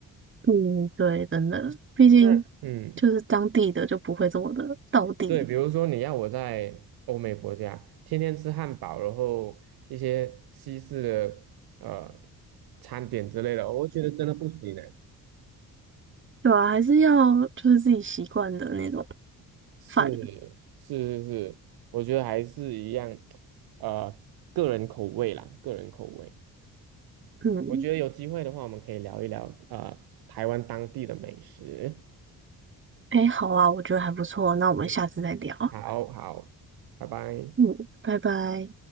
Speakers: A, on the right (about 30°); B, on the right (about 60°).
A: 嗯，对，真的，毕竟
B: 那嗯，
A: 就是当地的就不会这么的到地，
B: 对，比如说你要我在欧美国家天天吃汉堡，然后一些西式的呃餐点之类的，我觉得真的不行呢。
A: 对啊，还是要就是自己习惯的那种
B: 是是是是，
A: 饭。
B: 我觉得还是一样，呃，个人口味啦，个人口味。
A: 嗯，
B: 我觉得有机会的话，我们可以聊一聊呃台湾当地的美食。
A: 诶，好啊，我觉得还不错，那我们下次再聊。
B: 嗯，好好，拜拜。
A: 嗯，拜拜。